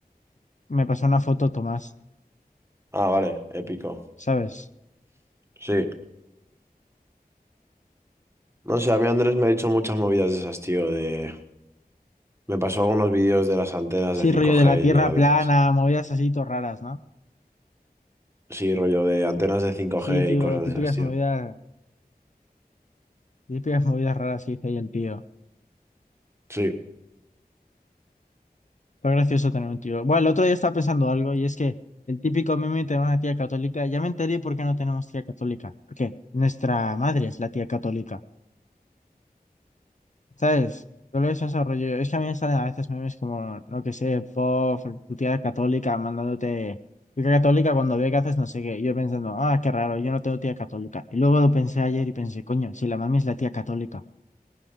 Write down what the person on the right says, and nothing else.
Ah, vale, épico.
Sí. No sé, a mí Andrés me ha dicho muchas movidas de esas, tío, de... Me pasó algunos vídeos de las antenas
de cinco
g
y mierda
de esas.
Sí, rollo de antenas de cinco
g
y cosas
de esas, tío.
Sí.